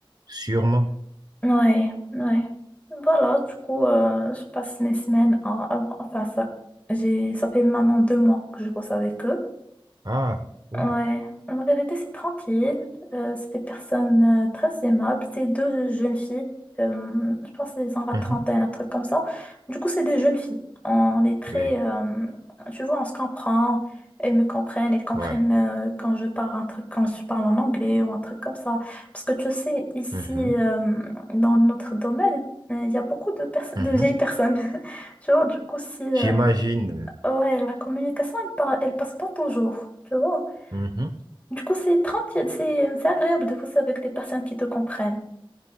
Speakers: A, on the right (about 45°); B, on the left (about 15°).
A: Sûrement.
B: Ouais, ouais. Voilà, du coup, euh, je passe mes semaines en, en- enfin, ça, j'ai, ça fait maintenant deux mois que je bosse avec eux.
A: Ah, cool.
B: Ouais, en vérité, c'est tranquille. Euh, c'est des personnes euh, très aimables. C'est deux jeunes filles. euh, je pense qu'elles ont la
A: Mhm.
B: trentaine, un truc comme ça. Du coup, c'est des jeunes filles. On est très.
A: Oui,
B: euh, tu vois, on se comprend. Elles me comprennent. Elles comprennent
A: ouais.
B: euh, quand je parle un truc, quand je parle en anglais ou un truc comme ça. Parce que tu sais, ici,
A: Mhm.
B: euh, dans notre domaine, euh, il y a beaucoup de personnes,
A: Mhm.
B: de vieilles personnes. <laughs> Tu vois, du coup, si. euh,
A: J'imagine.
B: ouais, la communication, elle, par- elle passe pas toujours. Tu vois.
A: Mhm.
B: Du coup, c'est tranquille, c'est c'est agréable de bosser avec des personnes qui te comprennent.